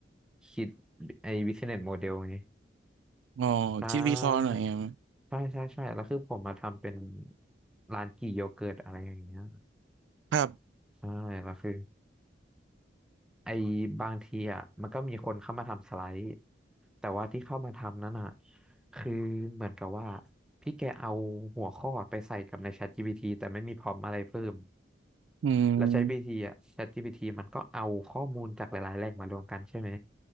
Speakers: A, in the centre; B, on the right (about 85°).
A: คิดไอ้บิสเนสโมเดลไง
B: อ๋อคิดวิเคราะห์หน่อยอะ
A: ใช่ใช่ใช่ใช่แล้วคือผมมาทำเป็นร้านกี่โยเกิร์ตอะไรอย่างเงี้ย
B: ครับ
A: ใช่แล้วคือไอ้บางทีอ่ะมันก็มีคนเข้ามาทำสไลด์แต่ว่าที่เข้ามาทำนั้นอ่ะคือเหมือนกับว่าพี่แกเอาหัวข้อไปใส่กับใน ChatGPT แต่ไม่มีพรอมอะไรเพิ่ม
B: อืม
A: เราใช้ g t อ่ะ ChatGPT มันก็เอาข้อมูลจากหลายๆแหล่งมารวมกันใช่ไหม